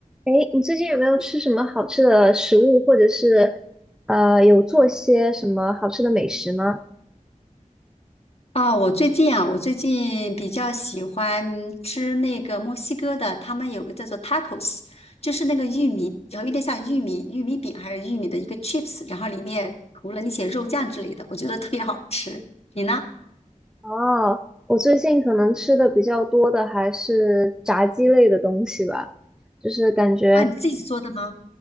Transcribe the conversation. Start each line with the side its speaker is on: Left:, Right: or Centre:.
Centre: 哎，你最近有没有吃什么好吃的食物，或者是呃有做些什么好吃的美食吗？
Left: 啊，我最近啊，我最近比较喜欢吃那个墨西哥的，他们有个叫做 tacos，就是那个玉米，然后有点像玉米玉米饼还是玉米的一个 chips，然后里面涂了那些肉酱之类的，我觉得特别好吃。你呢？
Centre: 哦，我最近可能吃的比较多的还是炸鸡类的东西吧，就是感觉
Left: 啊，你自己做的吗？